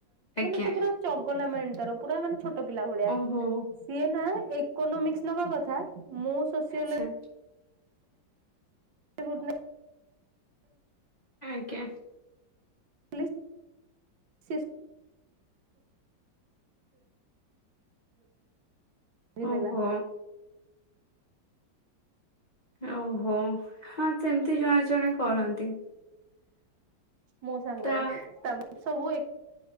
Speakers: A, on the left (about 65°); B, on the right (about 80°).
A: ଆଜ୍ଞା
B: ମାନେ ସେ ପୁରା ଚଗଲା ମାଇଣ୍ଡ ତାର ପୁରା ମାନେ ଛୋଟ ପିଲା ଭଳିଆ
A: ଓହୋ।
B: ସିଏ ନା ଏଇ ଇକୋନୋମିକ୍ସ ନବା କଥା ମୁଁ ସୋସିଓଲୋଜି
A: ଆଚ୍ଛା
B: <unintelligible>
A: ଆଜ୍ଞା
B: ଲେ ସେ
A: ଓହୋ
B: ନେଲା
A: ଆଉ ହଉ ହଁ ସେମିତି ଜଣେ ଜଣେ କରନ୍ତି।
B: ମୋ ସାଙ୍ଗରେ
A: ତା
B: ତାପରେ ସବୁ